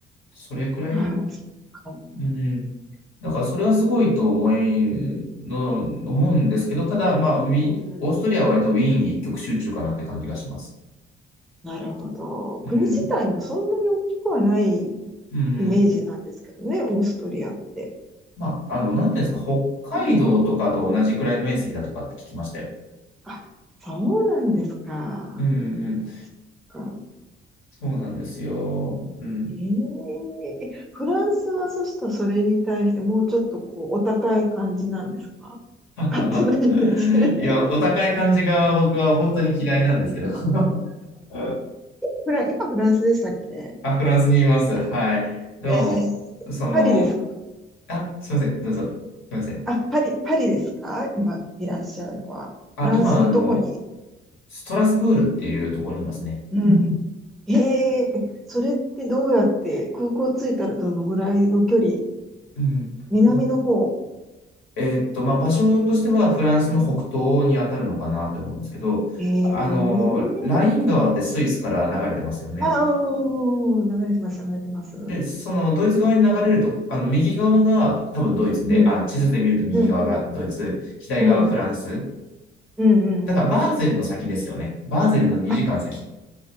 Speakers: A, on the left; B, in the centre.
A: それくらい、
B: ああ、そっか。
A: うん。だからそれはすごいと思いの、思うんですけど、ただ、まあ、ウィ、
B: うん。
A: オーストリアは割とウィーン一極集中かなって感じがします。
B: なるほど。
A: うん。
B: 国自体もそんなに大きくはない
A: うん。
B: イメージなんですけどね、オーストリアって。
A: まあ、あの、なんていうんですか、北海道とかと同じくらいの面積だとかって聞きましたよ。
B: ねえ。あ、そうなんですか。
A: うんうん。
B: か。
A: そうなんですよ。うん。
B: えええ、フランスはそしたらそれに対してもうちょっとこうお高い感じなんですか
A: <laughs>
B: 勝手なイメージ。<laughs> え、
A: いや、お高い感じが僕は本当に嫌いなんですけど。<laughs> うん
B: フラ、今フランスでしたっけ
A: あ、フランスにいます。はい。でも、
B: えーパリですか
A: その、あ、すいません。どうぞ。すいません。
B: あ、パリ、パリですか今いらっしゃるのは。
A: あ、
B: フランスのどこに
A: 今、あの、ストラスブールっていうところにいますね。
B: うん。へえ、それってどうやって空港着いたらどのぐらいの距離
A: うん。
B: 南の方。
A: えーっと、まあ、場所としてはフランスの北東に当たるのかなと思うんですけど、
B: へえ。
A: あの、ライン川ってスイスから流れてますよね。
B: ああ、うん流れてます、流れてます。
A: で、そのドイツ側に流れると、あの、右側が多分ドイツで、
B: うん、
A: あ、地図で見ると右側がドイツ、
B: うん、うん、
A: 左側がフランス。
B: うん、うん、うん。
A: だからバーゼルの先ですよね。
B: うん
A: バーゼルの2時間先。
B: あ、